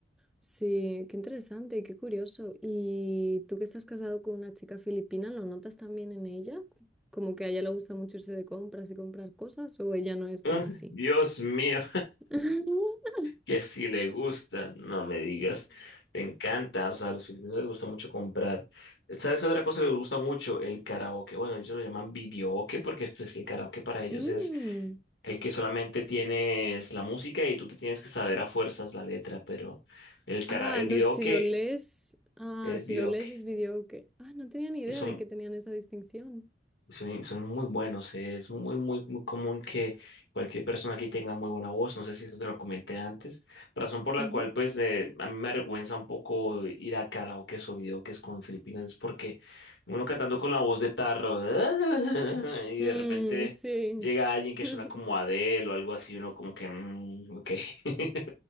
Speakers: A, in the centre; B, on the left.
A: Sí, qué interesante y qué curioso. ¿Y tú que estás casado con una chica filipina, lo notas también en ella? Como que a ella le gusta mucho irse de compras y comprar cosas, o ella no es
B: Ah,
A: tan
B: <laughs>
A: así.
B: Dios mío.
A: <laughs>
B: que si le gusta, no me digas, te encanta, o sea, a los filipinos les gusta mucho comprar. ¿Sabes qué otra cosa les gusta mucho? El karaoke. Bueno, ellos lo llaman videoke porque esto es el karaoke para ellos
A: Mm.
B: es el que solamente tienes la música y tú te tienes que saber a fuerzas la letra, pero el cara
A: Ah,
B: el
A: entonces
B: videoke
A: si lo lees, ah,
B: es
A: si
B: videoke.
A: lo lees es video ah, no tenía ni idea
B: Eso
A: de que tenían esa distinción.
B: Son, son muy buenos, eh, Es muy, muy, muy común que cualquier persona aquí tenga muy buena voz, no sé si eso te lo comenté antes, razón por la
A: Ujú.
B: cual pues eh, a mí me avergüenza un poco ir a karaoke o videoques con Filipinas, es porque uno cantando con la voz de tarro <laughs> y
A: Mm,
B: de repente
A: sí.
B: llega alguien
A: <laughs>
B: que suena como Adele o algo así, uno como que, mm, ok, <laughs>